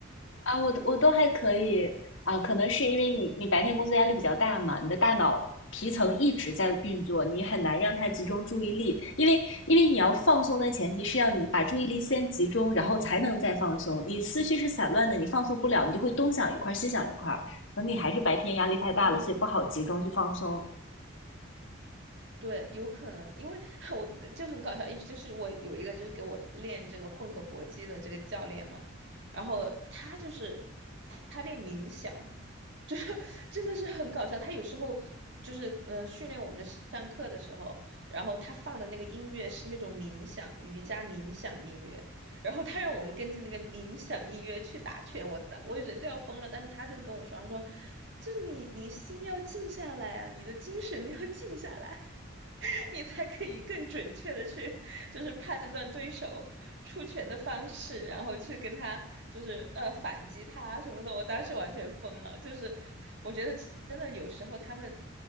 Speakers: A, on the left; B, on the right.
A: 啊，我都我都还可以啊，可能是因为你你白天工作压力比较大嘛，你的大脑皮层一直在运作，你很难让它集中注意力，因为因为你要放松的前提是要你把注意力先集中，然后才能再放松。你思绪是散乱的，你放松不了，你就会东想一块儿西想一块儿，可能你还是白天压力太大了，
B: 嗯，
A: 所以不好集中去放松。
B: 对，有可能，因为 <laughs> 我就很搞笑，一就是我有一个就是给我练这个混合搏击的这个教练嘛，然后他就是他练冥想，就是 <laughs> 真的是很搞笑。他有时候就是呃训练我们上课的时候，然后他放的那个音乐是那种冥想瑜伽冥想音乐，然后他让我们跟着那个冥想音乐去打拳，我打我人都要疯了，但是他就跟我说，他说。就你，你心要静下来啊，你的精神要静下来。<laughs> 你才可以更准确的去，就是判断对手出拳的方式，然后去跟他就是呃反击他什么的。我当时完全疯了，就是我觉得真的有时候他们